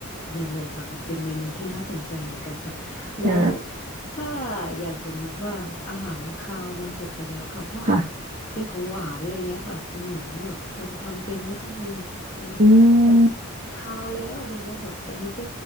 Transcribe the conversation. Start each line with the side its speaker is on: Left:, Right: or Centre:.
Left: เนี่ยเลยค่ะมันเป็นเมนูที่น่าสนใจเหมือนกันค่ะแล้ว
Right: ใช่
Left: ถ้าอย่างสมมติว่าอาหารคาวมันจบไปแล้วค่ะถ้า
Right: ค่ะ
Left: เป็นของหวานอะไรเงี้ยค่ะคุณหญิงแบบพอจะทำเป็นไหมคะเป็น
Right: อื
Left: แบบกินคาวแล้วอะไรเงี้ยแบบตอนนี้ก็
Right: ม